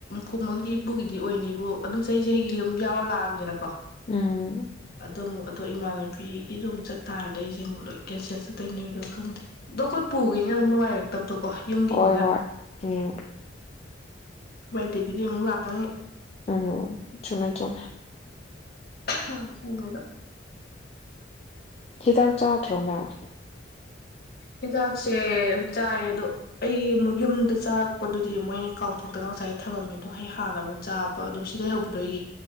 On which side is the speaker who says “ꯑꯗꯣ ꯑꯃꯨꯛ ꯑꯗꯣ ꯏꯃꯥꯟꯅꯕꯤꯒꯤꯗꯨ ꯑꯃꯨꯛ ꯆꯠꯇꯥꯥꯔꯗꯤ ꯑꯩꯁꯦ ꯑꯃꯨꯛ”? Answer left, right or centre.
Left